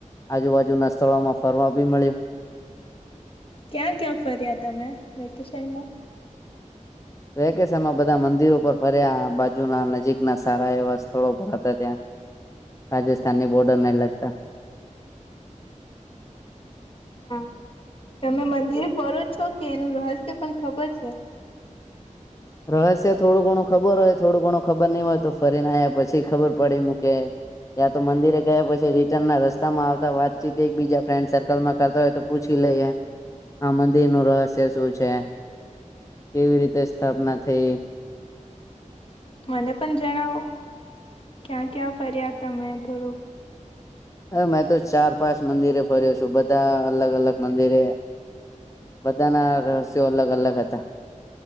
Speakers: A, on the left; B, on the left.
A: આજુબાજુ ના સ્થળોમાં ફરવા બી મળ્યું.
B: ક્યાં ક્યાં ફર્યા તમે, વેકેશનમાં?
A: વેકેશનમાં બધા મંદિરો પર ફર્યા, આબાજુના નજીક ના સારા એવા સ્થળો પર હતાં ત્યા. રાજસ્થાની બોર્ડર ને લગતા.
B: હા, તમે મંદિર ફરો જ છો કે એનું રહસ્ય પણ ખબર છે?
A: રહસ્ય થોડું ઘણું ખબર હોય, થોડું ઘણું ખબર નઈ હોય તો ફરીને આયા પછી ખબર પડી મૂકે ગયા, તો મંદિરે ગયા પછી રિટર્ન ના રસ્તામાં આવતા વાતચીત એક બીજા ફ્રેન્ડ સર્કલમાં કરતા હોય તો પૂછી લઈએ, આ મંદિર નું રહસ્ય શું છે? કેવી રીતે સ્થાપના થઈ?
B: મને પણ જણાવો, ક્યાં ક્યાં ફર્યા તમે થોડુંક?
A: હ, મેં તો ચાર, પાંચ મંદિરે ફર્યો છું, બધા અલગ અલગ મંદિરે બધા ના રહસ્યો અલગ અલગ હતા.